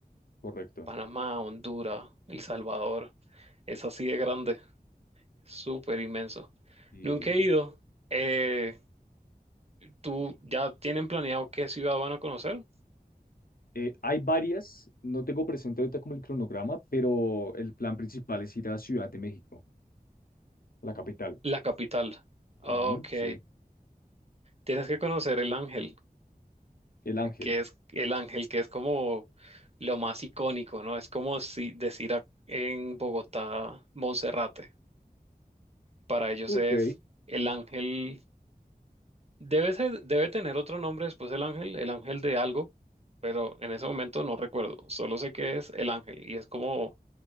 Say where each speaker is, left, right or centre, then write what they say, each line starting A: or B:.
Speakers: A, on the left; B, on the right.
A: correcto.
B: Panamá, Honduras, El Salvador. Es así de grande, súper inmenso.
A: Y
B: Nunca he ido. Eh, ¿tú ya tienen planeado qué ciudad van a conocer?
A: eh, hay varias, no tengo presente ahorita como el cronograma, pero el plan principal es ir a Ciudad de México, la capital.
B: La capital. Ok.
A: Ujú, sí,
B: Tienes que conocer el Ángel,
A: el ángel.
B: que es el Ángel, que es como lo más icónico, ¿no? Es como si decir a- en Bogotá, Monserrate. Para ellos
A: Ok,
B: es el Ángel Debe ser- debe tener otro nombre después el ángel, el ángel de algo, pero en ese momento no recuerdo. Solo sé que es el ángel y es como